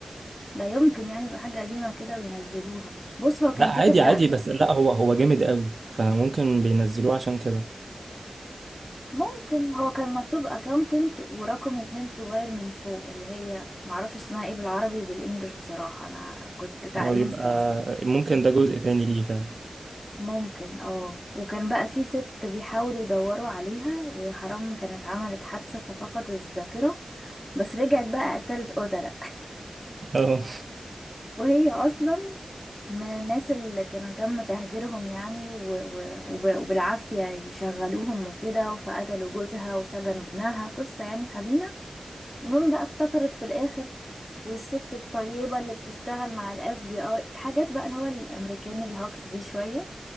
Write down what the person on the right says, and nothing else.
لا
عادي
عادي بس لا هو هو جامد قوي فممكن بينزلوه عشان كده
هو يبقى
ممكن ده جزء تاني ليه فعلا
<laughs> اه